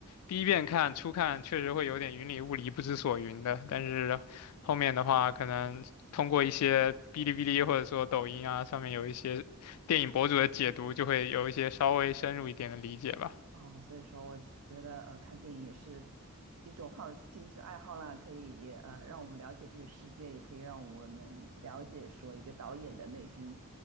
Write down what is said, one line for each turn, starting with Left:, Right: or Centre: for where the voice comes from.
Left: 第一遍看初看确实会有点云里雾里、不知所云的，但是后面的话，可能通过一些哔哩哔哩或者说抖音啊上面有一些电影博主的解读，
Right: 也是
Left: 就会有一些稍微深入一点的理解吧。
Right: 啊，嗯，所以说我觉得呃，看电影也是一种好的兴趣爱好啦，可以也呃让我们了解这个世界，也可以让我们了解说一个导演的内心，